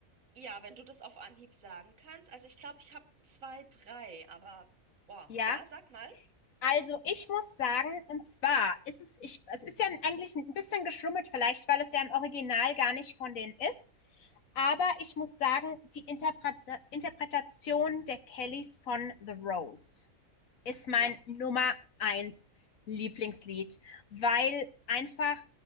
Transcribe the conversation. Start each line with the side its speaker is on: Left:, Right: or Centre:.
Right: Ja, wenn du das auf Anhieb sagen kannst. Also ich glaube, ich habe zwei, drei, aber boah,
Left: Ja.
Right: ja, sag mal.
Left: Also, ich muss sagen, und zwar ist es, ich, es ist ja eigentlich ein bisschen geschlummert, vielleicht, weil es ja im Original gar nicht von denen ist. Aber ich muss sagen, die Interpreta- Interpretation der Kellys von The Rose ist mein
Right: Ja.
Left: Nummer eins Lieblingslied, weil einfach